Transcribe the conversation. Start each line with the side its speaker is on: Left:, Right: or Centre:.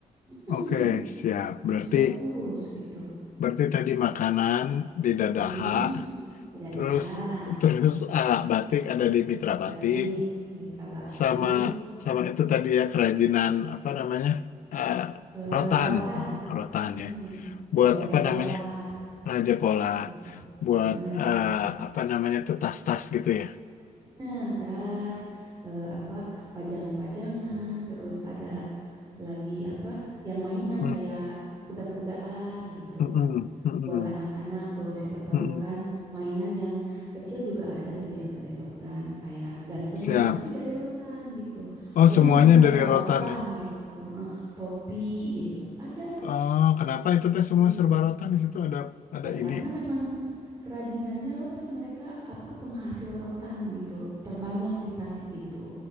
Right: Mm-mm
Left: Oke, siap.
Right: bagus-bagus
Left: Berarti.
Right: gitu.
Left: Berarti tadi makanan di Dadaha,
Right: Mm-mm. Bidadaha,
Left: terus terus ah, batik ada di Mitra Batik,
Right: batik, mitra batik,
Left: sama sama itu tadi ya kerajinan apa namanya ah,
Right: eh,
Left: rotan,
Right: rotan,
Left: rotan
Right: mm,
Left: ya. Buat
Right: di Raja
Left: apa
Right: Pola
Left: namanya raja pola,
Right: gitu.
Left: buat
Right: Heeh.
Left: ah, apa namanya tuh tas-tas gitu ya.
Right: Nah, tas eh, apa pajangan-pajangan, terus ada lagi apa yang mainan
Left: Mm,
Right: kayak kuda-kudaan gitu.
Left: mm-mm, mm-mm,
Right: buat anak-anak tuh siapa tahu
Left: mm-mm.
Right: kan mainan yang kecil juga ada tuh yang dari rotan kayak gantungan
Left: Siap.
Right: tapi dari rotan gitu
Left: Oh
Right: pokoknya
Left: semuanya
Right: semua serba
Left: dari rotan
Right: rotan
Left: ya.
Right: gitu Heeh, topi gitu ada
Left: Oh kenapa itu teh semua
Right: tuh.
Left: serba rotan di situ ada ada
Right: ya
Left: ini.
Right: karena memang kerajinannya rotan mereka apa penghasil rotan gitu terbanyak di Tasik gitu